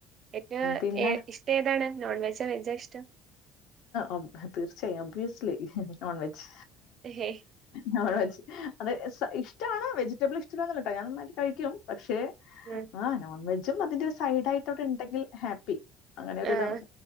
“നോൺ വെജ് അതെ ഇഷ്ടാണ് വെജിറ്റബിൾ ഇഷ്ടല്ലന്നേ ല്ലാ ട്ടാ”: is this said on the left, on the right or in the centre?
Left